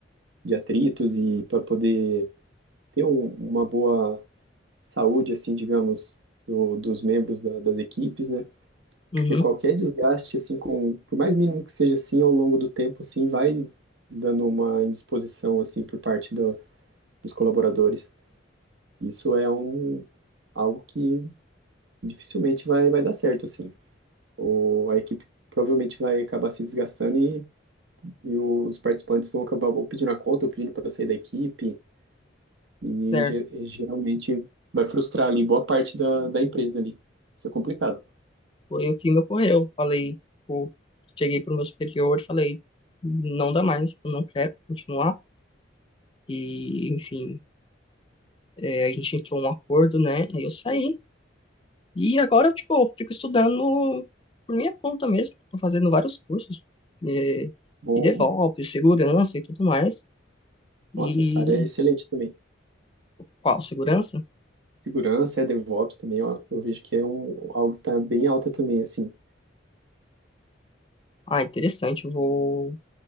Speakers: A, on the right; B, on the left.
A: de atritos e para poder ter um- uma boa saúde, assim, digamos, do, dos membros da- das equipes, né,
B: Uhum,
A: porque qualquer desgaste, assim, com, por mais mínimo que seja assim, ao longo do tempo, assim, vai dando uma indisposição, assim, por parte do dos colaboradores. Isso é um, algo que dificilmente vai, vai dar certo, assim. O, a equipe provavelmente vai acabar se desgastando e, e os participantes vão acabar ou pedindo a conta ou pedindo para sair da equipe e
B: certo.
A: ge- geralmente vai frustrar ali boa parte da, da empresa ali. Isso é complicado.
B: Foi o que me ocorreu. Falei, tipo, cheguei pro meu superior e falei, não dá mais, eu não quero continuar. E, enfim, é, a gente entrou um acordo, né? Aí eu saí. E agora, tipo, eu fico estudando por minha conta mesmo. Tô fazendo vários cursos é,
A: Bom,
B: de DevOps, segurança e tudo mais. E
A: nossa, essa área é excelente também.
B: qual? Segurança?
A: Segurança, é DevOps também, ó, eu vejo que é um, algo que está bem alta também, assim.
B: Ah, interessante. Eu vou.